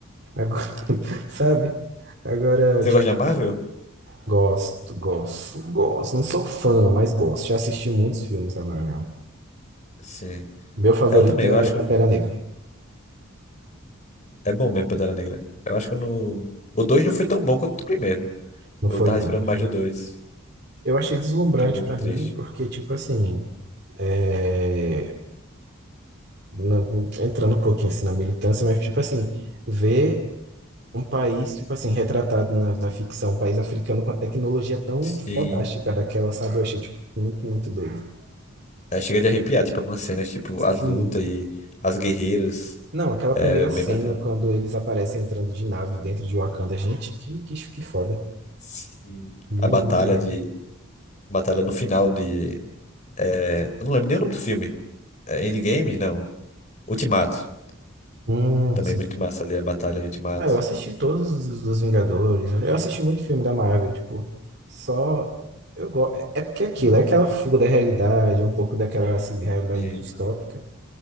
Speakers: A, on the right; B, on the left.
A: agora, <laughs> sabe? Agora,
B: Você
A: tipo,
B: gosta de Marvel?
A: gosto, gosto, gosto. Não sou fã, mas gosto. Já assisti muitos filmes da Marvel.
B: Sim.
A: Meu favorito
B: É, eu também,
A: é
B: eu acho que
A: Pantera Negra.
B: É bom mesmo, Pantera Negra. Eu acho que eu não. O 2 não foi tão bom quanto o primeiro.
A: Não
B: Eu
A: foi,
B: tava
A: não,
B: esperando
A: não
B: mais
A: foi.
B: do dois,
A: Eu achei deslumbrante
B: Fiquei um pouco
A: pra
B: triste.
A: mim, porque, tipo assim, é, não- entrando um pouquinho assim na militância, mas, tipo assim, ver um país, tipo assim, retratado na, na ficção, um país africano com a tecnologia tão
B: Sim.
A: fodástica daquela, sabe? Eu achei, tipo, muito, muito doido.
B: É, chega de arrepiar, tipo, algumas cenas, tipo,
A: Sim.
B: as lutas e as guerreiras.
A: Não, aquela
B: É
A: primeira
B: bem
A: cena,
B: bacana.
A: quando eles aparecem entrando de nave dentro de Wakanda, gente, que, que, que foda.
B: Sim.
A: Lindo,
B: A batalha
A: lindo.
B: de. Batalha no final de. é, Eu não lembro nem o nome do filme. É Endgame? Não. Ultimato.
A: Hum,
B: Também muito massa ali a batalha em Ultimato.
A: Ah, eu assisti todos os dos Vingadores. Eu eu assisti muito filme da Marvel, tipo, só eu gosto. É porque é aquilo, é aquela fuga da realidade, é um pouco daquela assim, realidade
B: E...
A: distópica.